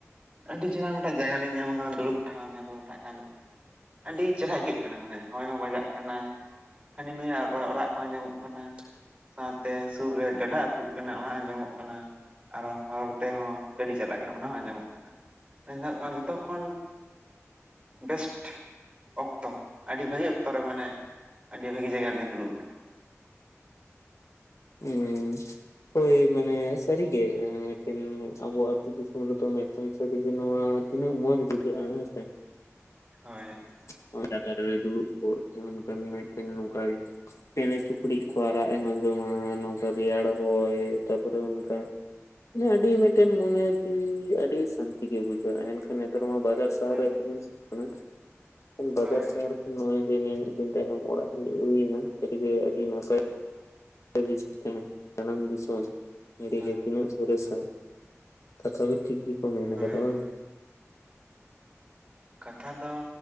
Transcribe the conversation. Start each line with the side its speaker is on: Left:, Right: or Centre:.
Right: ᱟᱹᱰᱤ ᱪᱮᱦᱨᱟ ᱢᱤᱫᱴᱟᱝ ᱡᱟᱭᱜᱟ ᱞᱤᱧ ᱧᱟᱢ ᱟᱠᱟᱫᱟ ᱫᱩᱲᱩᱵ ᱴᱷᱟᱶ ᱡᱟᱦᱟᱸ ᱫᱚᱠᱚ ᱢᱮᱛᱟᱜ ᱠᱟᱱ ᱟᱹᱰᱤ ᱪᱮᱦᱨᱟ ᱟᱹᱭᱠᱟᱹᱜ ᱠᱟᱱᱟ ᱢᱟᱱᱮ ᱦᱚᱭ ᱦᱚᱸ ᱵᱟᱡᱟᱜ ᱠᱟᱱᱟ ᱦᱟᱹᱱᱤ ᱱᱩᱭᱟᱜ ᱨᱟᱻᱨᱟᱜ ᱠᱚ ᱟᱸᱡᱚᱢᱚᱜ ᱠᱟᱱᱟ᱾ ᱥᱟᱶᱛᱮ ᱥᱩᱨ ᱨᱮ ᱜᱟᱰᱟ ᱟᱹᱛᱩᱜ ᱠᱟᱱᱟ ᱚᱱᱟ ᱟᱸᱡᱚᱢᱚᱜ ᱠᱟᱱᱟ ᱟᱨᱦᱚᱸ ᱦᱚᱨ ᱛᱮᱦᱚᱸ ᱜᱟᱹᱰᱤ ᱪᱟᱞᱟᱜ ᱠᱟᱱᱟ ᱚᱱᱟ ᱦᱚᱸ ᱟᱸᱡᱚᱢᱚᱜ ᱠᱟᱱᱟ ᱡᱚᱛᱚ ᱠᱷᱚᱱ ᱵᱮᱥᱴ ᱚᱠᱛᱚ ᱟᱹᱰᱤ ᱵᱷᱟᱹᱜᱤ ᱚᱠᱛᱚᱨᱮ ᱢᱟᱱᱮ ᱟᱹᱰᱤ ᱵᱷᱟᱹᱜᱤ ᱡᱟᱭᱜᱟ ᱨᱮᱞᱤᱧ ᱫᱩᱲᱩᱵ ᱟᱠᱟᱱᱟ᱾
Left: ᱤᱧ ᱦᱳᱭ ᱢᱟᱱᱮ ᱥᱟᱹᱨᱤᱜᱮ ᱢᱤᱫᱴᱤᱱ ᱟᱵᱚ ᱟᱹᱛᱩ ᱫᱤᱥᱚᱢ ᱨᱮᱫᱚ ᱥᱟᱨᱤ ᱜᱮ ᱱᱚᱣᱟ ᱛᱤᱱᱟᱹᱜ ᱢᱚᱸᱡᱽ ᱵᱩᱡᱷᱟᱹᱜᱼᱟ ᱦᱮᱸᱥᱮ
Right: ᱦᱳᱭ
Left: <unintelligible> ᱪᱮᱸᱬᱮ ᱪᱩᱯᱲᱤᱫ ᱠᱚ ᱟᱨᱟᱜ ᱮᱢ ᱟᱸᱡᱚᱢᱟ ᱱᱚᱝᱠᱟ ᱨᱮᱭᱟᱲ ᱦᱚᱭ ᱛᱟᱯᱚᱨᱮ ᱚᱱᱠᱟ ᱢᱟᱱᱮ ᱟᱹᱰᱤ ᱢᱤᱫᱴᱮᱱ ᱢᱚᱱᱮ ᱡᱤᱣᱤ ᱟᱹᱰᱤ ᱥᱟᱹᱱᱛᱤ ᱜᱮ ᱵᱩᱡᱷᱟᱹᱜᱼᱟ ᱮᱱᱠᱷᱟᱱ ᱱᱮᱛᱟᱨ ᱢᱟ ᱵᱟᱡᱟᱨ ᱥᱟᱦᱟᱨ
Right: ᱦᱮᱸ
Left: ᱛᱟᱦᱮᱱ ᱦᱩᱭᱩᱜ ᱠᱟᱱᱟ᱾ ᱵᱚᱫᱟᱨ
Right: ᱦᱳᱭ
Left: <inaudible> ᱫᱤᱱ ᱛᱟᱭᱚᱢ ᱚᱲᱟᱜ ᱦᱩᱭᱮᱱᱟ ᱡᱮ ᱟᱹᱰᱤ ᱜᱮ ᱱᱟᱯᱟᱭ <unintelligible> ᱠᱟᱱᱟ ᱡᱟᱱᱟᱢ ᱫᱤᱥᱚᱢ ᱱᱚᱸᱰᱮ
Right: ᱦᱳᱭ
Left: ᱜᱮ ᱛᱤᱱᱟᱹᱜ ᱥᱚᱨᱮᱥᱟ ᱠᱟᱛᱷᱟ ᱫᱚ ᱴᱷᱤᱠ ᱜᱮᱠᱚ ᱢᱮᱱ
Right: ᱦᱳᱭ
Left: ᱟᱠᱟᱫᱟ ᱵᱟᱝ
Right: ᱠᱟᱛᱷᱟ ᱫᱚ